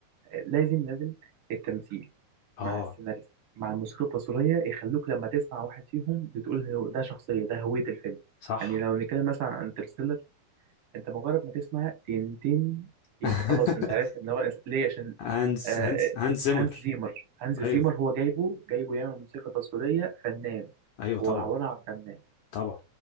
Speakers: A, on the right; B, on the left.
A: لازم لازم التمثيل
B: اه
A: مع السيناريست مع الموسيقى التصويرية يخلوك لما تسمع واحد فيهم بتقول هو ده شخصية ده هوية الفيلم
B: صح
A: يعني لو نتكلم مثلا عن انترستيلر انت مجرد ما تسمع تين تين تين
B: <laughs>
A: خلاص انت عارف ان هو ليه عشان
B: هانز
A: آه
B: هانز هانز زيمر
A: هانز زيمر هانز زيمر
B: ايوه
A: هو جايبه جايبه يعمل موسيقى تصويرية فنان
B: ايوه
A: هو
B: طبعا
A: عبارة عن فنان
B: طبعا